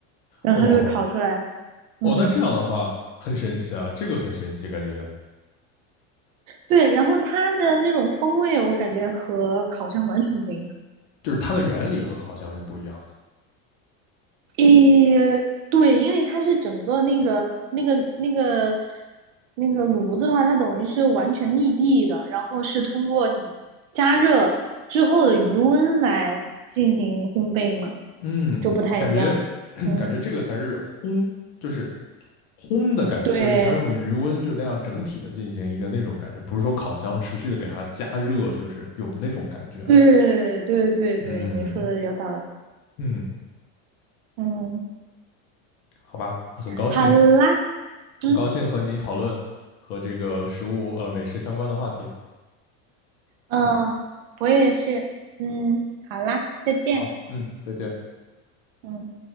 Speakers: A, on the right; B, on the left.
A: 然后它就会烤出来。
B: 哦
A: 嗯，
B: 哦，那这样的话很神奇啊，这个很神奇，感觉
A: 对，然后它的那种风味，我感觉和烤箱完全不一样。
B: 就是它的原理和烤箱是不一样的。
A: 诶，对，因为它是整个那个那个那个那个炉子的话，它等于是完全密闭的，然后是通过你加热之后的余温来进行烘焙嘛，
B: 嗯，
A: 就不太一样。
B: 感觉 <clears throat>
A: 嗯，
B: 感觉这个才是烘，就是烘的感觉，
A: 对
B: 就是它用余温就那样整体的进行一个那种感觉，不是说烤箱持续的给它加热，就是有那种感觉啊。
A: 对对对对，
B: 嗯
A: 你说的有道理。
B: 嗯，
A: 嗯，
B: 好吧，很高兴，
A: 好啦，嗯
B: 很高兴和你讨论和这个食物呃美食相关的话题啊。
A: 嗯，
B: 嗯，
A: 呃我也是。嗯，好啦，再见。
B: 好，嗯，再见。
A: 嗯。